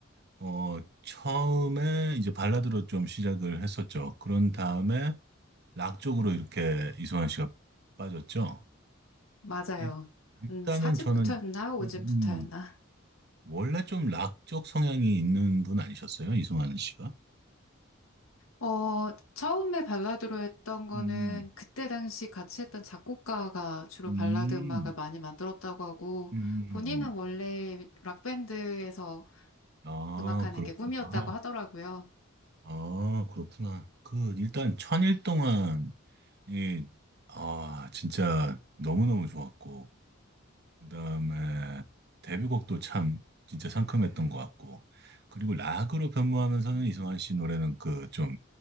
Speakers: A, on the right; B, on the left.
A: 어, 처음에 이제 발라드로 좀 시작을 했었죠. 그런 다음에 락 쪽으로 이렇게 이승환 씨가 빠졌죠.
B: 맞아요.
A: 일, 일단은
B: 한 4집부터였나?
A: 저는,
B: 5집부터였나?
A: 음, 음, 원래 좀 락 쪽 성향이 있는 분 아니셨어요? 이승환 씨가?
B: 어, 처음에 발라드로 했던 거는
A: 음,
B: 그때 당시 같이 했던 작곡가가 주로
A: 음,
B: 발라드 음악을 많이 만들었다고 하고,
A: 음.
B: 본인은 원래 락밴드에서
A: 아,
B: 음악하는
A: 그렇구나.
B: 게 꿈이었다고 하더라고요.
A: 아, 그렇구나. 그, 일단 천일 동안 이, 아, 진짜 너무너무 좋았고, 그 다음에 데뷔곡도 참 진짜 상큼했던 것 같고, 그리고 락으로 변모하면서는 이승환 씨 노래는 그 좀,